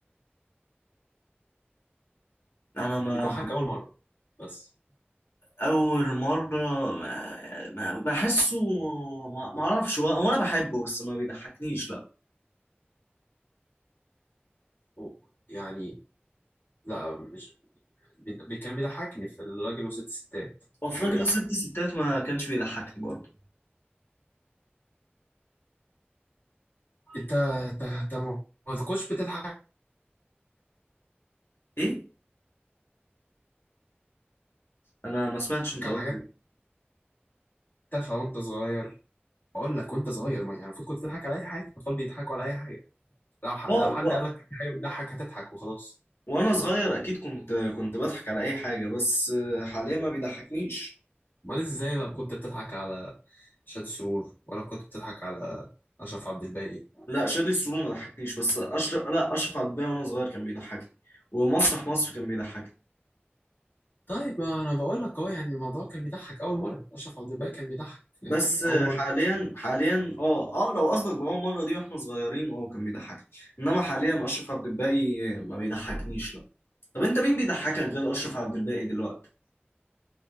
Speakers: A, on the left; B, on the left.
A: انا ما
B: بيضحك
A: ما-
B: اول مره بس
A: اول مرة ما ما- بحسه ما ما اعرفش هو هو انا بحبه بس ما بيضحكنيش لا
B: أوه. يعني لا مش بي- كان بيضحكني في الراجل وست ستات
A: وفي
B: كان
A: راجل
B: بيضحك
A: ست ستات ما كانش بيضحكني برضه
B: انت انت انت ما ما كنتش بتضحك
A: ايه انا ما سمعتش انت
B: على
A: قلت
B: حاجات
A: ايه
B: تافهه وانت صغير بقول لك وانت صغير ما يعني المفروض كنت تضحك على اي حاجه الاطفال بيضحكوا على اي حاجه لو ح...
A: و...
B: لو حد
A: و...
B: قال لك في حاجه بتضحك هتضحك وخلاص
A: وانا صغير اكيد كنت كنت بضحك على اي حاجة بس حاليا ما بيضحكنيش
B: امال ازاي لو كنت بتضحك على شاد سرور ولا كنت بتضحك على اشرف عبد الباقي
A: لا شادي سرور ما ضحكنيش بس اشرف لا اشرف عبد الباقي وانا صغير كان بيضحكني ومسرح مصر كان بيضحكني
B: طيب ما انا بقول لك اهو يعني الموضوع كان بيضحك اول مره اشرف عبد الباقي كان بيضحك في
A: بس
B: في اول مره
A: حاليا حاليا اه اه لو قصدك بأول مرة دي واحنا صغيرين اه كان بيضحكني انما حاليا اشرف عبد الباقي ما بيضحكنيش لا طب انت مين بيضحكك غير اشرف عبد الباقي دلوقتي